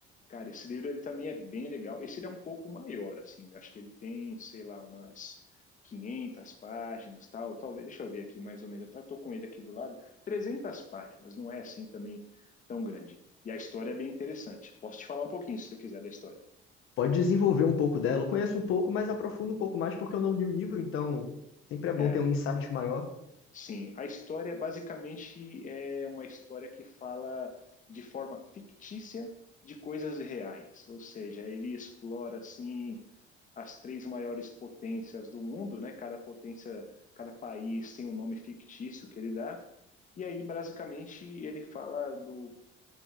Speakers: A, on the left; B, on the left.
A: Cara, esse livro ele também é bem legal. Esse ele é um pouco maior, assim. né? Acho que ele tem, sei lá, umas 500 páginas, tal. Talvez, deixa eu ver aqui mais ou menos. Eu tá, tô com ele aqui do lado. 300 páginas. Não é assim também tão grande. E a história é bem interessante. Posso te falar um pouquinho, se você quiser, da história.
B: pode desenvolver um pouco dela. Eu conheço um pouco, mas aprofundo um pouco mais porque eu não li o livro, então sempre é bom
A: É,
B: ter um insight maior.
A: Sim, a história basicamente é uma história que fala de forma fictícia de coisas reais, ou seja, ele explora assim as três maiores potências do mundo, né? Cada potência, cada país tem um nome fictício que ele dá, e aí basicamente ele fala do,